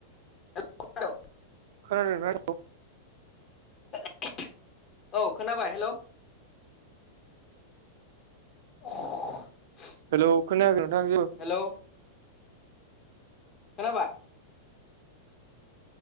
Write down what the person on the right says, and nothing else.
खोनादों ना
हेलौ खोनायाखै नोंथां जेबो